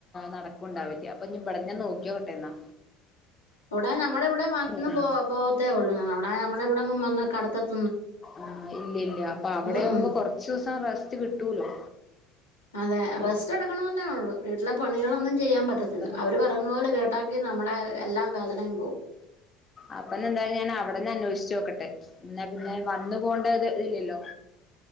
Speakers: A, on the left (about 25°); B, on the left (about 85°).
A: നട ഉണ്ടാവില്ല അപ്പൊ ഞ്ഞി ഇവിടന്നാ നോക്കിയോ ക്കട്ടെ ന്നാ
B: ഇവടെ നമ്മടെ ഇവിടെ വന്ന്
A: പറഞ്ഞു
B: പോ വത്തേ ഒള്ളൂ അവിടെ നമ്മടെവിടെങ്ങും വന്നാ കടത്തത്
A: ആഹ് ഇല്ല ഇല്ല അപ്പൊ അവിടെയാവുമ്പോ
B: ഉം ഉം
A: കൊറച്ച ദിവസം റസ്റ്റ് കിട്ടൂലോ
B: അതെ റെസ്റ്റെ ടുക്കണന്നേഒള്ളൂ വീട്ടിലെ പണികളൊന്നും ചെയ്യാ പറ്റത്തില്ല
A: അപ്പൊ
B: അവര് പറയുന്ന പോലെ കേട്ടാങ്കീ നമ്മളെ എല്ലാ വേദനയും പോകും
A: അപ്പന്ന ന്തായാലും ഞാൻ അവിടെന്ന് അന്വേഷിച്ചോ ക്കട്ടെ ന്നാ പിന്നെ വന്നു പോണ്ടേ തില്ലല്ലോ